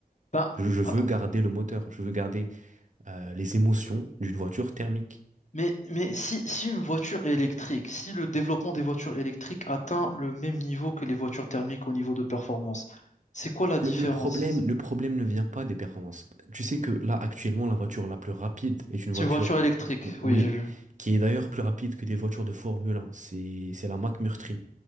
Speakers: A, on the left; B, on the right.
A: Ben,
B: Je, je veux
A: attends.
B: garder le moteur, je veux garder euh, les émotions d'une voiture thermique.
A: Mais, mais si, si une voiture est électrique, si le développement des voitures électriques atteint le même niveau que les voitures thermiques au niveau de performance, c'est quoi la
B: Le,
A: différence?
B: le problème,
A: C'est
B: le problème ne vient pas des performances. Tu sais que là, actuellement, la voiture la plus rapide est une
A: c'est
B: voiture,
A: une voiture électrique,
B: oui,
A: oui, j'ai vu.
B: qui est d'ailleurs plus rapide que des voitures de Formule 1. C'est, c'est la Mac Murtry.